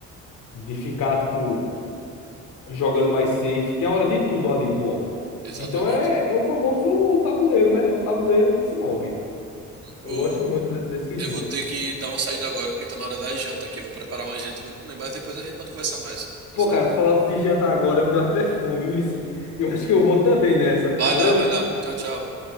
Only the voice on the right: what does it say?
Exatamente.
Uhum.
Eu vou ter que dar uma saída agora, porque tá na hora da janta aqui. Eu vou preparar uma janta e vou comer, mas depois a gente pode conversar mais, tá
certo?
Vai
lá, vai lá. Tchau, tchau.